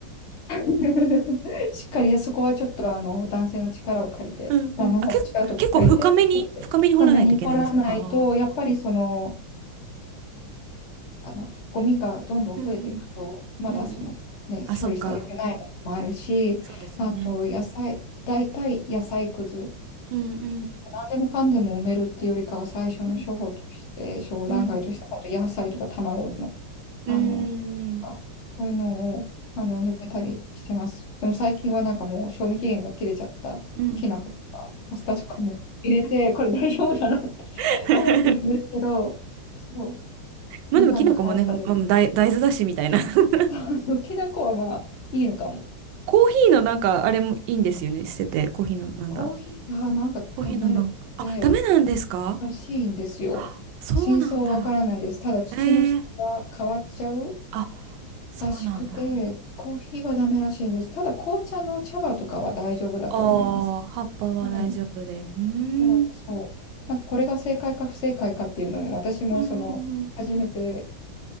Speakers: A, on the left (about 80°); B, on the right (about 75°).
A: <laughs> しっかりそこはちょっとあの男性の力を借りて、
B: うん、
A: 旦那さんの力とか借りて、
B: うん。あ、け、結構深めに、
A: 掘って深めに掘らないと、
B: 深めに掘らないといけないんですかああ
A: やっぱりその、あのゴミがどんどん増えていくと、
B: ー。うん
A: まだその、
B: うん、うんうん。
A: ね、
B: あ、そっか。
A: 処理されてないものもあるし、
B: そうですよね。
A: あと野菜、大体野菜くず。
B: うんうん。
A: 何でもかんでも埋めるっていうよりかは最初の処方として商談会として本当野菜とか卵の、
B: うん、うん、うー
A: あのあそういうのをあの埋めたりしてます。
B: ん、
A: でも最近はなんかもう賞味期限が切れちゃったきな粉とかパスタとかも入れてこれ大丈夫なのって
B: うん。
A: <laughs>
B: <laughs>
A: 思ってるんですけどそう
B: まあでも、
A: みかんの皮とかじゃなくて
B: きな粉もね、まあ、大、大豆だしみたいな。<laughs>
A: <laughs> そうきな粉はまあいいのかも。
B: コーヒーのなんか、あれもいいんですよね。捨てて、コーヒーのなんだ。
A: コーヒーがなんかダメで
B: コーヒーのなんか、あ、ダメなんですか
A: らしいんですよ。
B: あそうなんだ。
A: 真相はわからないです。ただ土の質が変わっちゃう
B: えー、あ、そうなんだ。
A: らしくて、コーヒーはダメらしいんです。ただ紅茶の茶葉とかは大丈夫だと思います。
B: ああ、葉っぱは大丈夫で。
A: うん。
B: うー
A: だからそう。
B: ん、う
A: なんかこれが正解か不正解かっていうのも、私もその、
B: ーん、
A: 初めて、